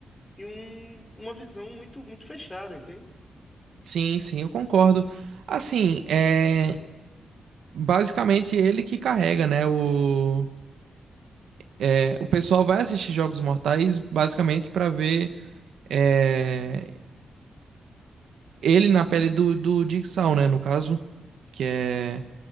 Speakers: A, on the left; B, on the right.
A: em um, uma visão muito, muito fechada, entende?
B: Sim, sim, eu concordo. Assim, é basicamente ele que carrega, né? O, é, o pessoal vai assistir Jogos Mortais basicamente pra ver é, ele na pele do, do Jigsaw, né? No caso, que é